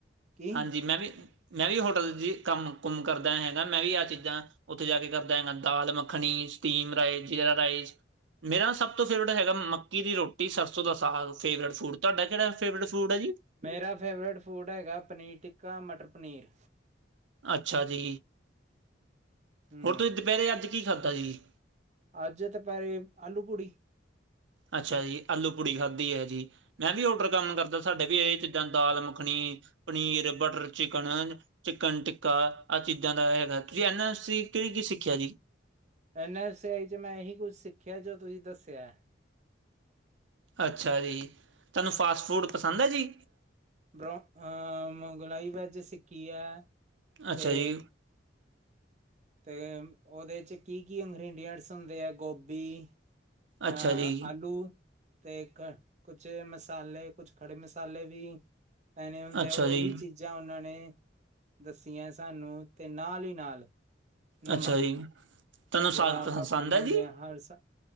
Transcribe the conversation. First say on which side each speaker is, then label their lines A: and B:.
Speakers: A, on the right; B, on the right.
A: ਕੀ
B: ਹਾਂਜੀ। ਮੈਂ ਵੀ-ਮੈਂ ਵੀ ਹੋਟਲ ' ਕੰਮ ਕੁਮ ਕਰਦਾ ਹੈਗਾ। ਮੈਂ ਵੀ ਆਹ ਚੀਜ਼ਾਂ ਉੱਥੇ ਜਾ ਕੇ ਕਰਦਾ ਹੈਗਾ। Dal makhani, steam rice, jeera rice, ਮੇਰਾ ਸਭ ਤੋਂ ਫੇਵਰਟ ਹੈਗਾ। ਮੱਕੀ ਦੀ ਰੋਟੀ, ਸਸਰੋੰ ਦਾ ਸਾਗ, ਫੇਰਟ ਫੂਡ, ਤੁਹਾਡਾ ਕਿਹੜਾ ਫੇਵਰੇਟ ਫੂਡ ਹੈ। ਜੀ
A: ਮੇਰਾ ਫੇਵਰੇਟ ਫੂਡ ਹੈਗਾ। ਪਨੀਰ ਟਿੱਕਾ, ਮਟਰ ਪਨੀਰ
B: ਅੱਛਾ ਜੀ।
A: ਹੂੰ
B: ਹੁਣ ਤੁਸੀਂ ਦੁਪਹਿਰੇ ਅੱਜ ਕੀ ਖਾਧਾ ਜੀ।
A: ਅੱਜ ਦੁਪਹਿਰੇ ਆਲੂ ਪੁੜੀ
B: ਅੱਛਾ ਜੀ। ਆਲੂ ਪੁੜੀ ਖਾਦੀ ਹੈ ਜੀ। ਮੈਂ ਵੀ ਔਡਰ ਕੰਮ ਕਰਦਾ। ਸਾਡੇ ਵੀ ਇਹ ਚੀਜ਼ਾਂ dal makhani, paneer, butter chicken chicken tikka, ਆਹ ਚੀਜ਼ਾਂ ਦਾ ਹੈਗਾ। ਤੁਸੀਂ ਇਹਨਾਂ ਕਿਹੜੀ ਕੀ ਸਿੱਖਿਆ ਜੀ।
A: ਐਨ ਐਫ ਸੀ ਆਈ 'ਚ ਮੈਂ ਇਹੀ ਕੁੱਛ ਸਿੱਖਿਆ, ਜੋ ਤੁਸੀਂ ਦੱਸਿਆ।
B: ਅੱਛਾ ਜੀ। ਤੁਹਾਨੂੰ ਫਾਸਟ ਫੂਡ ਪਸੰਦ ਹੈ ਜੀ।
A: ਬੋ ਅਹ, ਮੁਗਲਾਈ ਵੈੱਜ ਸਿੱਖੀ ਹੈ।
B: ਅੱਛਾ
A: ਤੇ
B: ਜੀ।
A: ਤੇ, ਉਹਦੇ 'ਚ ਕੀ- ਕੀ ਇੰਗ੍ਰਡੀਐਂਟਸ ਹੁੰਦੇ ਹੈ। ਗੋਭੀ ਅ
B: ਅੱਛਾ ਜੀ,
A: ਆਲੂ ਤੇ ਕ, ਕੁਛ ਮਸਾਲੇ, ਕੁਛ ਖੜੇ ਮਸਾਲੇ ਵੀ ਪੈਣੇ ਹੁੰਦੇ।
B: ਅੱਛਾ
A: ਉਹੀ
B: ਜੀ,
A: ਚੀਜ਼ਾ ਚੀਜ਼ਾਂ ਉਹਨਾਂ ਨੇ, ਦੱਸੀਆਂ ਸਾਨੂੰ, ਤੇ ਨਾਲ ਹੀ ਨਾਲ ਨਮਕ
B: ਅੱਛਾ ਜੀ। ਤੁਹਾਨੂੰ ਸਾਗ
A: ਜਿਹੜਾ ਆਪਾਂ
B: ਪਸੰਦ
A: ਪਾਉਦੇ
B: ਹੈ ਜੀ?
A: ਹੁੰਦੇ ਹਾਂ ਹਰ,